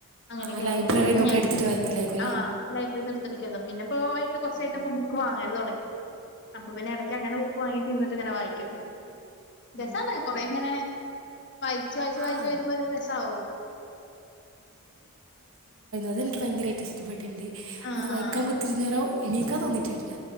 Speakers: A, on the left; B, on the right.
A: അങ്ങനൊക്കെയായിരുന്നു
B: ആഹ് ലൈബ്രറിന്നൊക്കെ
A: പിന്നെ ഞാനെട്കും
B: എടുത്തിട്ട് വായിക്കലായിരിക്കുംല്ലേ
A: ആ ലൈബ്രറീന്ന് എടു <unintelligible> പിന്നെപ്പോ കൊർച്ചായിട്ട്
B: ഓഹ്
A: ബുക്ക് വാങ്ങൽ തൊടങ്ങി അപ്പൊ പിന്നെ ഏടയ്ക്ക് അങ്ങനെ ബുക്ക് വാങ്ങീട്ട് ഇര്ന്ന്ട്ട്ങ്ങനെ വായിക്കും
B: ഉം
A: രസാണ് കൊറേങ്ങനെ വായിച്ച് വായിച്ച്
B: ആഹ്
A: വായിച്ച് വരുമ്പോ ഒര് രസാവും
B: അതെൻക്ക് ഭയങ്കരായിട്ട് ഇഷ്ട പെട്ടിട്ട്ണ്ട്
A: ആഹ്
B: അത് വായിക്കാൻ കുത്തിരുന്നേരം എണീക്കാ തോന്നീട്ട്ട്ടില്ല